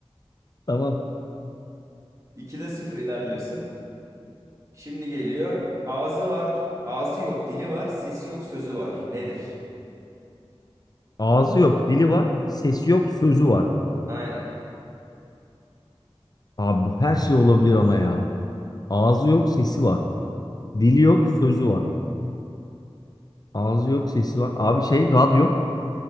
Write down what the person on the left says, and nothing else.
Tamam.
Ağzı yok dili var sesi yok sözü var.
Abi bu her şey olabilir ama ya. Ağzı yok, sesi var. Dili yok, sözü var. Ağzı yok, sesi var. Abi şey radyo.